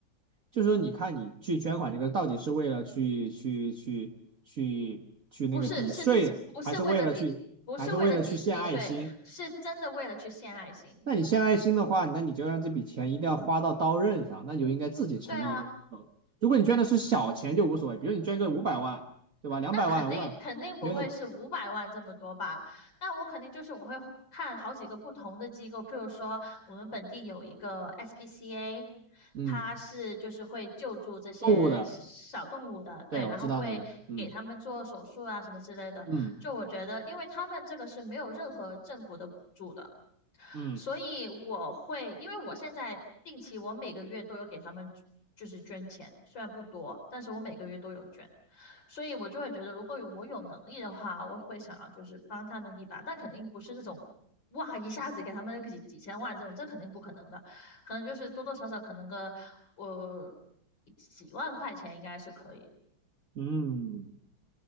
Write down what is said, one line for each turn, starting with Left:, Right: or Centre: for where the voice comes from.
Right: 就是说你看你去捐款这个到底是为了去去去去去那个抵税，
Left: 不是，是不是为了抵，
Right: 还是为了去还是为了去献爱心？
Left: 不是为了抵抵税，是真的为了去献爱心。
Right: 那你献爱心的话，那你就让这笔钱一定要花到刀刃上，那你就应该自己成立一个机构如果你捐的是小钱就无所谓，
Left: 对啊。
Right: 比如你捐个五百万，对吧？两百万、
Left: 那肯定肯定不会是五百万这么多吧？
Right: 五百，我觉得
Left: 那我肯定就是我会看好几个不同的机构，譬如说我们本地有一个 SPCA，
Right: 嗯，
Left: 它是就是会救助这些小动物的，
Right: 动物的，
Left: 对，
Right: 对，我知道那个，
Left: 然后会给他们做手术啊什么之类的。
Right: 嗯嗯
Left: 就我觉得，因为他们这个是没有任何政府的补助的，
Right: 嗯
Left: 所以我会，因为我现在定期我每个月都有给他们就是捐钱，虽然不多，但是我每个月都有捐。所以我就会觉得，如果有我有能力的话，我会想要就是帮他们一把，但肯定不是那种哇一下子给他们个几几千万这种，这肯定不可能的，可能就是多多少少可能个我、几万块钱应该是可以的，
Right: 嗯，